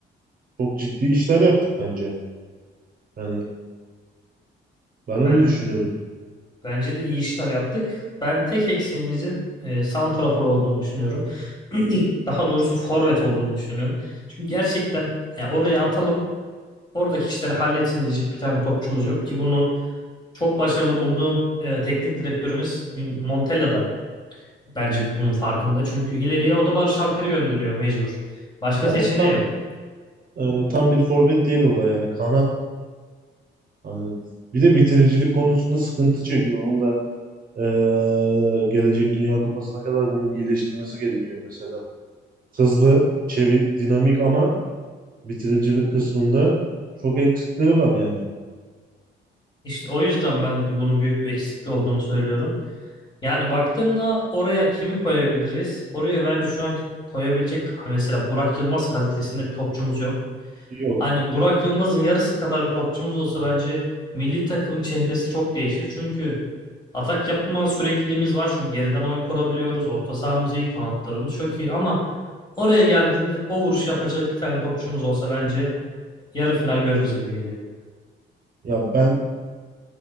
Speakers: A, on the right; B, on the left.
A: çok ciddi işler yaptık bence. Yani ben öyle
B: Ben
A: düşünüyorum.
B: Bence de iyi işler yaptık. Ben tek eksiğimizin e, santrafor olduğunu düşünüyorum. <clears throat> Daha doğrusu forvet olduğunu düşünüyorum. Çünkü gerçekten ya oraya atalım, oradaki işleri halletsin diyecek bir tane topçumuz yok ki bunu çok başarılı bulduğum e, teknik direktörümüz Montella da bence bunun farkında. Çünkü ileriye o da Barış Alper'i gönderiyor mecbur. Başka
A: Ama
B: seçeneği
A: tam
B: yok.
A: eee, tam bir forvet değil o da yani kanat Hani bir de bitiricilik konusunda sıkıntı çekiyor. Onun da eee, gelecek Dünya Kupası'na kadar bunu iyileştirmesi gerekiyor mesela. Hızlı, çevik, dinamik ama bitiricilik kısmında çok eksikleri var yani.
B: İşte o yüzden ben de bunun büyük bir eksikliği olduğunu söylüyorum. Yani baktığımda oraya kimi koyabiliriz? Oraya bence şu an koyabilecek mesela Burak Yılmaz kalitesinde bir topçumuz yok.
A: Yok.
B: Hani Burak Yılmaz'ın yarısı kadar bir topçumuz olsa bence milli takım çehresi çok değişir. Çünkü atak yapma sürekliliğimiz var. Çünkü geriden oyun kurabiliyoruz. Orta sahamız iyi, kanatlarımız çok iyi ama oraya geldiğinde o vuruş yapacak bir tane topçumuz olsa bence yarı final görürüz gibi geliyor.
A: Ya ben